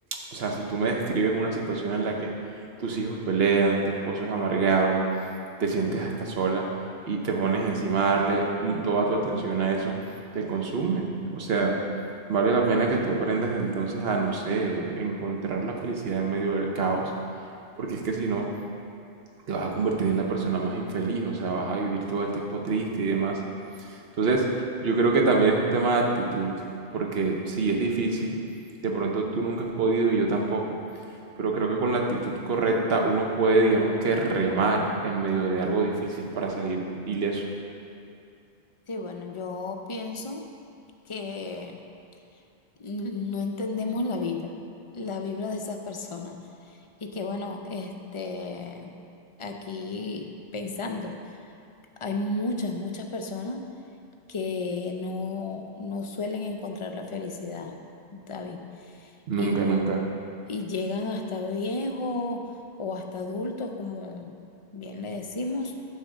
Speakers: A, on the right; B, on the left.
A: O sea, si tú me describes una situación en la que tus hijos pelean, tu esposo es amargado, te sientes hasta sola y te pones encima a darle mm, toda tu atención a eso, te consume. O sea, vale la pena que tú aprendas entonces a, no sé, encontrar la felicidad en medio del caos, porque es que si no, te vas a convertir en la persona más infeliz, o sea, vas a vivir todo el tiempo triste y demás. Entonces, yo creo que también es un tema de actitud, porque sí, es difícil, de pronto tú nunca has podido y yo tampoco, pero creo que con la actitud correcta uno puede, digamos que remar en medio de algo difícil para salir ileso.
B: Sí, bueno, yo pienso que no entendemos la vibra, la vibra de esas personas. Y que bueno, este, aquí pensando, hay muchas, muchas personas que no, no suelen encontrar la felicidad, David.
A: Nunca,
B: Y,
A: nunca.
B: y llegan hasta viejos o hasta adultos, como bien le decimos,